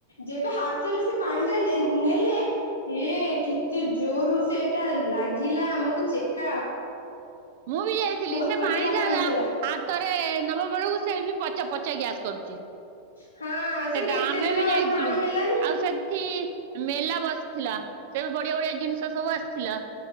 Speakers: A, on the left (about 80°); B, on the right (about 50°).
A: ଯେବେ ହାତରେ ସେ ପାଣି ଟା ଲା ନେଲେ ହେ କେତେ ଜୋରରୁ ସେଟା ଲାଗିଲା ଆମକୁ ଚେକା।
B: ମୁଁ ବି ଯାଇଥିଲି
A: ବହୁତ
B: ସେ
A: ଫୁଟିଲା
B: ପାଣିଟା
A: ପାଣି ଥିଲା
B: ହାତରେ ନବା ବେଳକୁ ସେ ବି ପଛା ପଛା ଗ୍ୟାସ କରୁଛି।
A: <inaudible> ସେ
B: ସେଟା
A: କେତେ
B: ଆମେ
A: ଦିନ
B: ବି ଯାଇଥିଲୁ
A: ପାଣି ହେଲାନି
B: ଆଉ ସେଠି ମେଲା ବସିଥିଲା ସେ ବଢିଆ ବଢିଆ ଜିନିଷ ସବୁ ଆସିଥିଲା